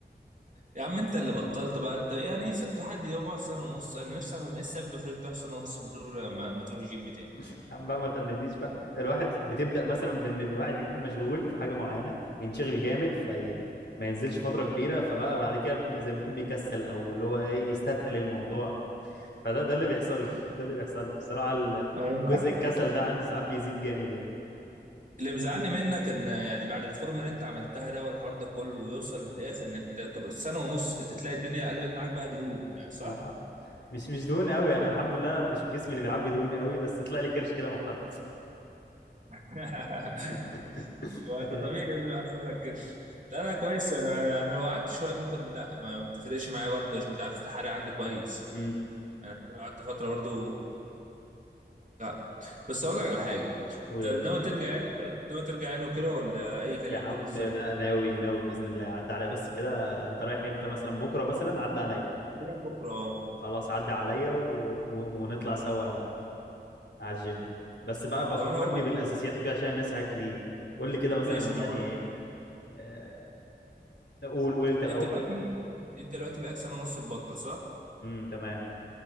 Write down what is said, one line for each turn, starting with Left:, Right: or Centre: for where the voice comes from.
Right: يا عم انت اللي بطلت بقى انت يعني س- في حد يقعد سنه ونص انا نفسي افهم ايه السبب اللي يخليك تقعد سنه ونص من غير ما, ما تروح الجيم تاني
Left: يا عم بقى ما تأنبنيش بقى الواحد بتبدأ مثلا بان الواحد يكون مشغول في حاجه معينه ينشغل جامد في ما ينزلش فتره كبيره فبقى بعد كده بي- زي ما يكون بيكسل او اللي هو ايه يستثقل الموضوع فده ده اللي بيحصل لي <laughs> ده اللي بيحصل لي بصراحه ال-
Right: أنا معاك.
Left: جزء الكسل ده عندي ساعات بيزيد جامد يعني
Right: اللي مزعلني منك ان يعني بعد الفورم اللي انت عملتها ده والحوار ده كله ويوصل في الاخر انك ت- طب سنه ونص انت تلاقي الدنيا قلبت معاك بقى دهون يعني صح؟
Left: آه. مش مش دهون قوي انا الحمد لله مش جسمي اللي بيعبي دهون قوي بس طلع لي كرش كده محترم
Right: <laughs>
Left: <laughs>
Right: ما
Left: آه،
Right: انت طبيعي لازم يحصل لك كرش لا انا كويس انا انا لو قعدت شويه ممكن لا ما بتفرقش معايا برضه عشان انت عارف الحرق عندي كويس
Left: امم
Right: قعدت فتره برضه لا بس اقول لك على حاجه
Left: قول
Right: انت
Left: يا
Right: ناوي
Left: باشا
Right: ترجع يعني ناوي ترجع يعني وكده ولا اي كلام
Left: يا عم
Right: برضو زي
Left: لا
Right: ما كنت
Left: ناوي
Right: بتقول؟
Left: ناوي باذن الله عدى عليا بس كده انت رايح امتى مثلا بكره مثلا عدى عليا
Right: أنا رايح بكره اه
Left: خلاص عدى عليا و... و... ونطلع سوا على الجيم بس بقى بفكرني
Right: طب انا هقول لك
Left: بالاساسيات وكده عشان الناس حاجات كتير قول لي كده مثلا
Right: ماشي انا
Left: يعني
Right: هقول لك
Left: آه، قول قول انت الاول
Right: انت دلوقتي انت دلوقتي بقالك سنه ونص مبطل صح
Left: امم تمام